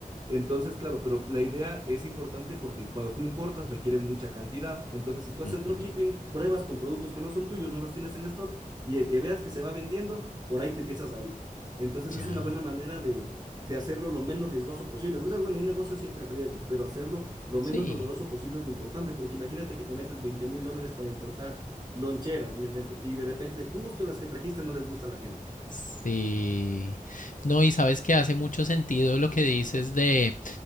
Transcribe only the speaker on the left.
Ujú,
Ya.
Sí.
Sí. No, y sabes que hace mucho sentido lo que dices de